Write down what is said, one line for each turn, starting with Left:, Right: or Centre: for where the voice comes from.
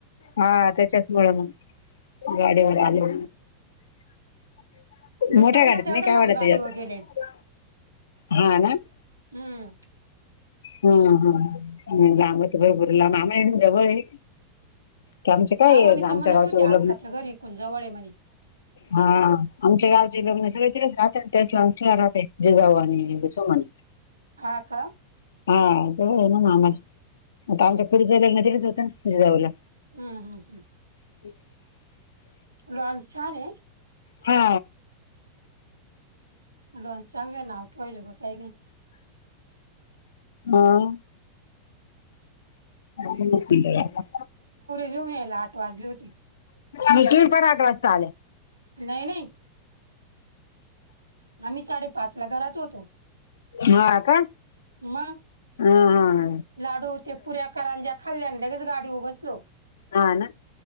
Left: हा, त्याच्याच मुळे मग गाडीवर आलो.
Right: मी
Left: मोठ्या
Right: पहिल्यांदा
Left: गाडत नाही
Right: एवढं
Left: काय
Right: लांब
Left: वाटत
Right: गाडीवर
Left: जास्त
Right: गेले
Left: हा, ना.
Right: हम्म
Left: हा, हा लांबत भरपूर लांब, आम्हाला इथून जवळ आहे. कामाच काय
Right: हा
Left: हे,
Right: वनिता
Left: आमच्या
Right: म्हणत
Left: गावचे
Right: होती अक्काच्या
Left: लग्न
Right: घरी इकून जवळ आहे म्हणे
Left: हा, आमच्या गावचे लग्न सगळे तिच राह त्याच तला राहते जिजाऊ आणि सुमन
Right: हा, का.
Left: हा, जवळ आहे ना, आम्हाला
Right: हम्म
Left: आता आमच्या पुढच लग्न होतं ना जाऊला
Right: हम्म. हम्म. हम्म.
Left: <inaudible>
Right: लॉन्झछान आहे.
Left: हा.
Right: लॉन्स चांगले नाव ठेवायचा सारखं काही नाही.
Left: हअ. <unintelligible>
Right: घिऊन यायला आठ वाजले होते.
Left: मी तुम्ही पण आठ वाजता आले.
Right: नाही नाही. आम्ही साडेपाच ला घरात होतो.
Left: हा का
Right: मग
Left: हा हा.
Right: लाडू ते पुऱ्या करां ज्या खाल्ल्याने लगेच गाडीवर बसलो.
Left: हा ना